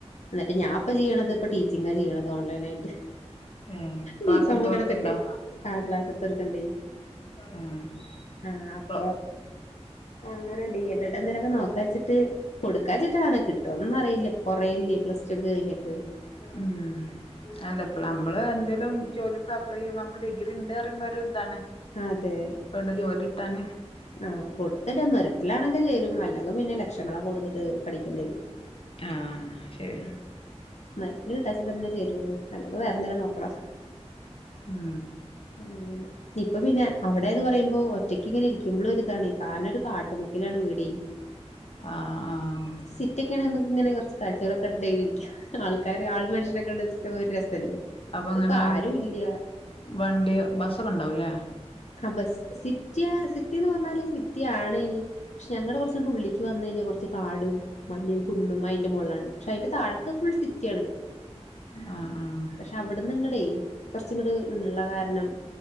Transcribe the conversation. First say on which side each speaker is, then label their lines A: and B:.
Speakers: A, on the left; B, on the left.
A: എന്നിട്ട് ഞാൻപ്പ ചെയ്യണത്പ്പോ ടി - ച്ചിങ് ചെയ്യണത് ഓൺലൈൻ ആയിട്ട്
B: ഏഹ് ക്ലാസ്
A: ബികോമോക്കെ
B: എടുത്ത് കൊടുക്കണ്ടോ
A: എടുത്തിട്ട് ആ ക്ലാസ് എടുത്ത്ടുക്കണ്ടേ
B: ഏഹ്
A: ആ അപ്പൊ
B: ഇപ്പൊ
A: അങ്ങനെ ഡി എൽ എഡ എന്തേലൊക്കെ നോക്കാച്ചിട്ട് കൊടുക്കാച്ചിട്ടാണ് കിട്ടോന്ന് അറിയില്ല കുറേയില്ലേ പ്ലസ് റ്റുക്കെ കഴിഞ്ഞിട്ട്
B: ഉം അല്ല ഇപ്പ നമ്മള് എന്തെങ്ലും ജോലിക് അപ്ലൈ ചെയ്യ്പോ നമുക്ക് ഡിഗ്രി ഉണ്ട് പറയുമ്പോ ഒരു ഇതാണ്
A: അതെ
B: പ്പത് ജോലി കിട്ടാൻ
A: ആ കൊടുത്തിടാ മെറിറ്റിലാണെങ്കിൽ ചേരും അല്ലെങ്കിൽ പിന്നെ ലക്ഷങ്ങളൊക്കെ കൊടുത്തിട്ട് പഠിക്കേണ്ടി വരും <inaudible>
B: ആഹ് ശരി
A: മെറിറ്റിൽ കിട്ടാച്ച തന്നെ ചേരുള്ളൂ അല്ലെങ്കി വേറെന്തെലും നോക്കണം
B: ആഹ്
A: അങ്ങനെ -ഇപ്പൊ പിന്നെ അവിടെ എന്ന് പറയുമ്പോ ഒറ്റക്ക് ഇങ്ങനെ ഇരിക്കുമ്പോൾ ഒരു ഇതാണ് കാരണരൂ കാട - കാട്ടുമുക്കിലാണ് വീടെ
B: ആഹ് ആഹ്
A: സിറ്റി ഒക്കെ ആണ്ന്ന്ങ്ങനെ കൊറച് കാഴ്ചകളൊക്കെ കണ്ടി ട്ടങ്ങനെ അയില് ഇരിക്കാ ആൾക്കാര് ആൾ മനഷ്യനൊക്കെ ള്ളച്ച നൊ‌ ഒരു രസല്ലേ
B: അപ്പൊ
A: ഇതിപ്പോ
B: അങ്ങനെ
A: ആരും ഇല്ല
B: വണ്ടി ബസ്സൊക്കെ ഉണ്ടാവൂല്ലേ
A: ആ ബസ് സിറ്റിയാ സിറ്റിന്ന് പറഞ്ഞാല് സിറ്റി ആണെയിനി ക്ഷെ ങ്ങനെ കുറച്ചു ഉള്ളിക്ക് വന്ന കഴിഞ്ഞാൽ കുറച്ച് കാടും മലിം കുന്നും അയിന്റെ മോളിലാണ് പക്ഷെ അതിന്റെ താഴത്ത് ഫുൾ സിറ്റിയാണ്
B: ആഹ് ആഹ്
A: പക്ഷെ അവിടുന്ന് ഇങ്ങടെ കൊറച്ച്ങ്ങട്ട് ള്ള കാരണം